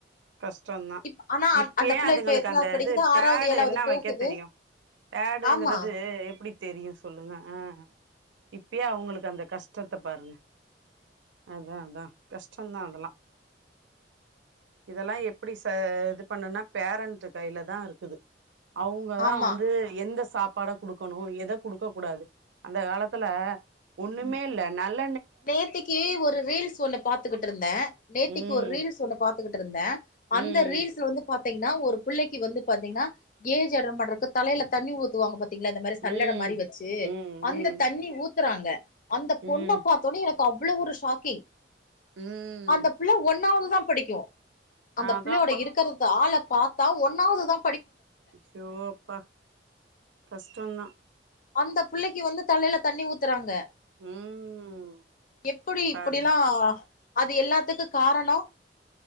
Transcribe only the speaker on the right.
கஷ்டோந்தா
இப்பயே
அதுங்களுக்கு
அந்த
இது
பேடு
என்ன
வெக்க தெரியூ பேடுங்கிறது
எப்டி தெரியூ சொல்லுங்க ஆ இப்பயே அவுங்களுக்கு அந்த கஷ்டத்த பாருங்க அதா அதா கஷ்டோந்தா அதெல்லா இதெல்லா எப்படி ச இது பண்ணுனா பேரண்ட்டு கையில தா இருக்குது அவங்க தா
வந்து எந்தஸ் சாப்பாட குடுக்கணூ எத குடுக்க கூடாது அந்த காலத்துல ஒன்னுமேல்ல நல்
ம்
ம்
ம்
ம்
ம்
ம்
ம்
அதா
சோ அப்பா கஷ்டேந்தா
ம்
பாருங்க